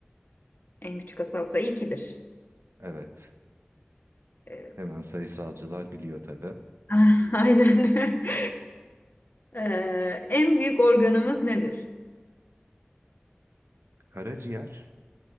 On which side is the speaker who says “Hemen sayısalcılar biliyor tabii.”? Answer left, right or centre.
Right